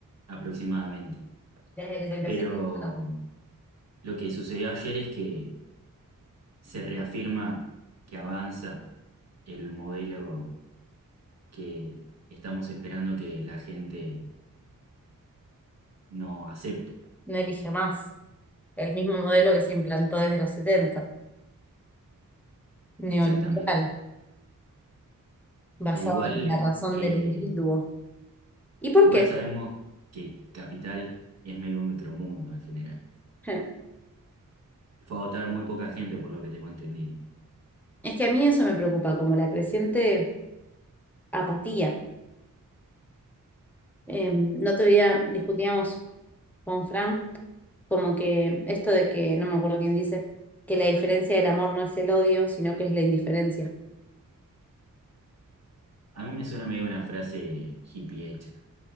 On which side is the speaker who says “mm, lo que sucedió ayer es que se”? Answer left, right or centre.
Right